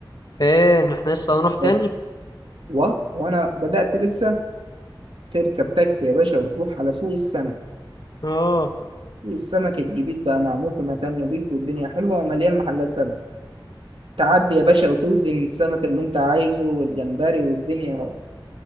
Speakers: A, on the left (about 50°); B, on the right (about 80°).
A: فين احنا لسه هنروح تاني
B: آه، و... وانا بدأت لسه تركب تاكسي يا باشا وتروح على سوق السمك
A: اه
B: سوق السمك الجديد بقى معمول في مكان نظيف والدنيا حلوة ومليان محلات سمك تعدي يا باشا وتوزن السمك اللي انت عايزه والجمبري والدنيا